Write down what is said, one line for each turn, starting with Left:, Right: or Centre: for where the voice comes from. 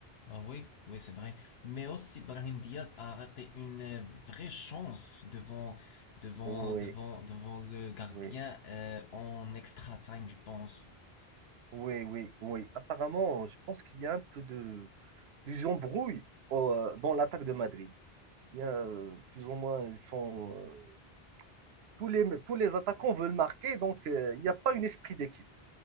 Left: Ah oui, oui, c'est vrai. Mais aussi, Brahim Diaz a raté une euh, vraie chance devant, devant,
Right: Oui,
Left: devant, devant le gardien
Right: oui,
Left: euh, en extra time, je pense.
Right: oui, oui, oui. Apparemment, je pense qu'il y a un peu de, des embrouilles euh, dans l'attaque de Madrid. Il y a euh, plus ou moins, ils sont, euh, tous les, tous les attaquants veulent marquer, donc euh, il n'y a pas un esprit d'équipe